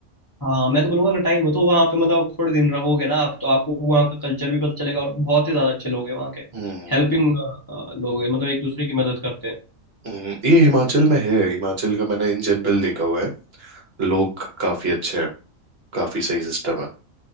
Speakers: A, on the left (about 20°); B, on the right (about 55°).
A: हाँ मैं तो बोलूंगा अगर टाइम हो तो वहाँ पे मतलब थोड़े दिन रहोगे ना आप तो आपको वहाँ का कल्चर भी पता चलेगा और बहुत ही ज़्यादा अच्छे लोग हैं वहाँ के
B: हम्म
A: हेल्पिंग लोग हैं मतलब एक दूसरे की मदद करते हैं
B: हम्म, ये हिमाचल में है हिमाचल का मैंने इन जनरल देखा हुआ है लोग काफी अच्छे हैं काफी सही सिस्टम है